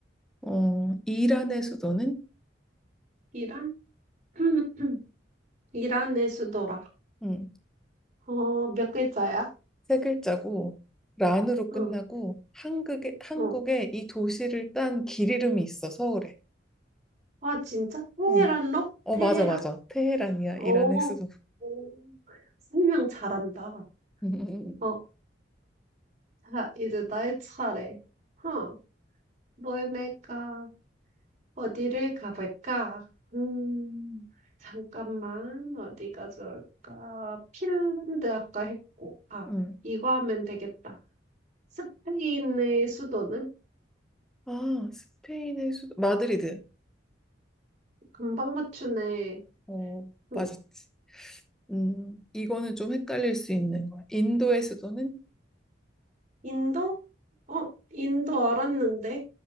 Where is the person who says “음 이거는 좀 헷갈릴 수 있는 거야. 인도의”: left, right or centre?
Centre